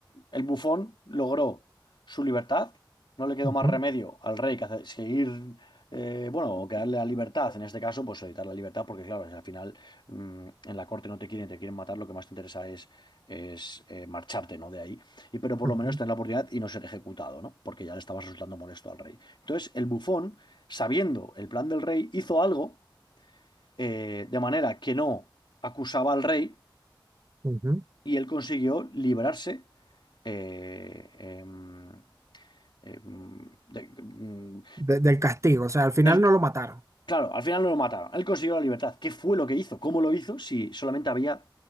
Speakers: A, on the left; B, on the right.
A: el bufón logró su libertad. No le quedó
B: ujú,
A: más remedio al rey que hacer- seguir, eh, bueno, o que darle la libertad. En este caso, pues evitar la libertad, porque claro, al final mm, en la corte no te quieren, te quieren matar. Lo que más te interesa es, es eh, marcharte, ¿no? De ahí. Y, pero por
B: ujú,
A: lo menos tener la oportunidad y no ser ejecutado, ¿no? Porque ya le estabas resultando molesto al rey. Entonces, el bufón, sabiendo el plan del rey, hizo algo eh, de manera que no acusaba al rey
B: ujú.
A: y él consiguió liberarse eh, em, em, de- mm,
B: De- del castigo, o sea, al final
A: él-
B: no lo mataron.
A: claro, al final no lo mataron. Él consiguió la libertad. ¿Qué fue lo que hizo? ¿Cómo lo hizo? Si solamente había